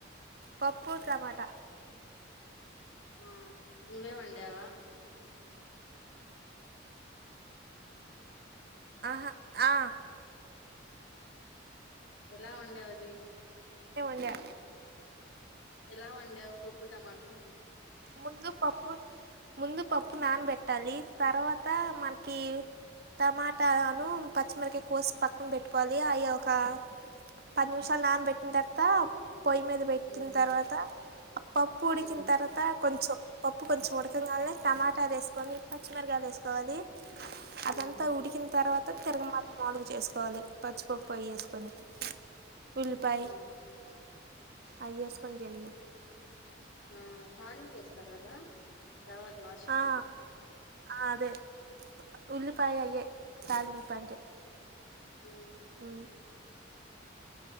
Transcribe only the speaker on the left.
ఆ నువ్వే వండావ?
ఎలా వండావ్ అది?
ఎలా వండావు పప్పు టమాటా?
ఉమ్
ఉమ్
ఉమ్
ఉమ్
ఆ తాలింపు వేస్తారు కదా తర్వాత లాస్ట్
లో
మ్